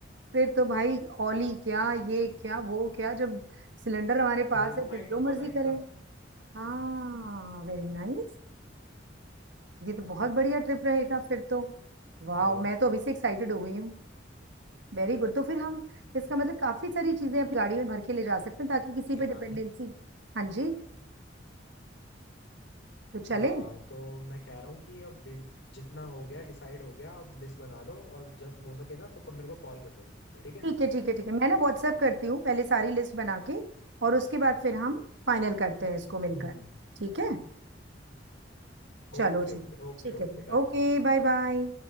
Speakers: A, on the right (about 80°); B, on the left (about 85°).
A: फिर तो भाई ओली क्या ये क्या वो क्या जब सिलेंडर हमारे पास
B: ले लूंगा
A: है फिर
B: एक
A: जो
B: डब्बा
A: मर्जी
B: मैगी
A: करें
B: का
A: हाँ वेरी नाइस ये तो बहुत बढ़िया ट्रिप रहेगा फिर तो वाह
B: हेलो
A: मैं तो अभी से एक्साइटेड हो गई हूँ वेरी गुड तो फिर हम इसका मतलब काफी सारी चीजें अपनी गाड़ी में भर के ले जा सकते हैं ताकि किसी
B: हिमानी
A: पे डिपेंडेंसी हाँ जी तो चले
B: हाँ तो मैं कह रहा हूँ कि अब डिस- जितना हो गया डिसाइड हो गया अब लिस्ट बना लो और जब हो सके ना तो तुम मेरे को कॉल कर देना ठीक है
A: ठीक है ठीक है ठीक है मैं ना व्हाट्सएप करती हूँ पहले सारी लिस्ट बना के और उसके बाद फिर हम फाइनल करते हैं इसको मिलकर
B: Hmm
A: ठीक है
B: Okay
A: चलो जी
B: okay okay
A: ठीक
B: okay
A: है
B: done
A: Okay bye bye